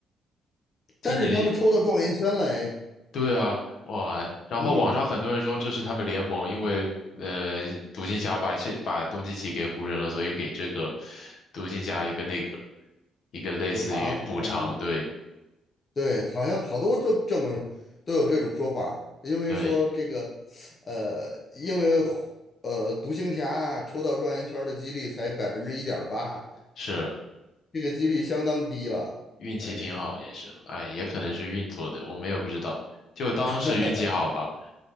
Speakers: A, on the left (about 65°); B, on the left (about 35°).
A: 今年也
B: 但是他们抽到状元签了，哎，
A: 对啊，哇！然后网上很多人说这是他们联盟因为呃独行侠把现把东契奇给湖人了，
B: 嗯。
A: 所以给这个独行侠一个那个一个类似于补偿，
B: 补偿，相当于
A: 对
B: 对，好像好多就这么都有这种说法儿因为说这个，
A: 对
B: 呃，因为呃，独行侠抽到状元圈儿的几率才百分之一点八，
A: 是。
B: 这个几率相当低了。
A: 运气挺好，
B: 哎呀，
A: 也是，哎，也可能是运作的，我们也不知道，就当是运气好吧。
B: <laughs>